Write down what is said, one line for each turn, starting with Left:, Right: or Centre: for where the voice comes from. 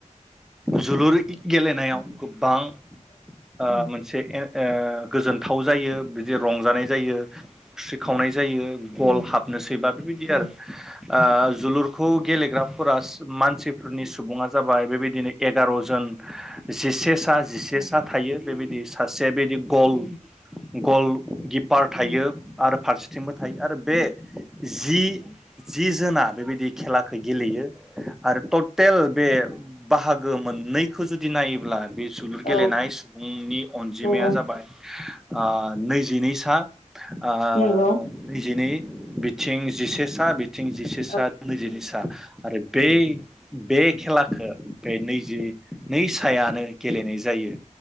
Centre: जोलुर इद गेलेनायाव गोबां ओ मोन से ए ओ गोजोनथाव जायो। बिदि रंजानाय जायो सो खावनाय जायो गल हाबनोसैबा बेबायदि आरो ओ जोलुरखौ गेलेग्रा फोरास मानसिफोरनि सुबुङा जाबाय बेबायदिनो एगार'जन जिसे से सा जिसे सा थायो बेबायदि सासे बेदि उम गल गिपार थायोब आरो फारसेथिंबो थायो आरो बे जि जि जोना बेबायदि खेलाखो गेलेयो। आरो टटेल बे बाहागो मोननैखो जुदि नायोब्ला बे जोलुर गेलेनाय
Left: औ
Centre: सुबुंनि अनजिमाया
Left: औ
Centre: जाबाय आ नैजि दिनैसा ओ
Left: नंगौ औ
Centre: नैजिनै बिथिं जिसेसा बिथिं जिसे
Left: औ
Centre: सा नैजिनै सा आरो बै बे खेलाखो बे नैजि नै सायानो गेलेनाय जायो